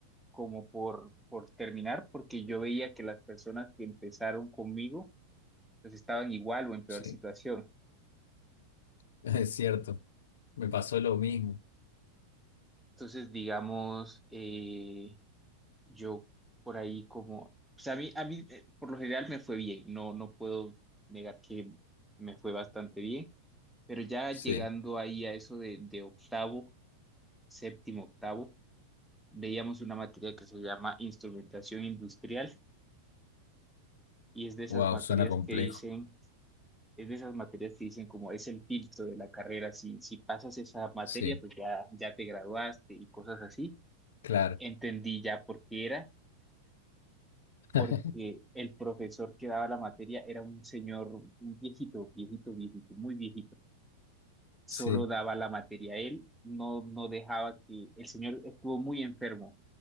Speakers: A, in the centre; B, on the left.
A: como por, por terminar, porque yo veía que las personas que empezaron conmigo, pues estaban igual o en peor
B: sí,
A: situación.
B: <laughs> es cierto. Me pasó lo mismo,
A: Entonces, digamos, eh, Yo por ahí como, o sea, a mí, a mí eh, por lo general me fue bien, no, no puedo negar que me fue bastante bien, pero ya
B: sí.
A: llegando ahí a eso de, de octavo, séptimo, octavo, veíamos una materia que se llama instrumentación industrial y es de esas
B: Wow,
A: materias
B: suena complejo,
A: que dicen, es de esas materias que dicen como es el filtro de la carrera, si, si pasas esa materia,
B: sí,
A: pues ya, ya te graduaste y cosas así.
B: claro,
A: Entendí ya por qué era porque
B: <laughs>
A: el profesor que daba la materia era un señor, un viejito, viejito, viejito, muy viejito. Solo
B: sí.
A: daba la materia él, no, no dejaba que, el señor estuvo muy enfermo,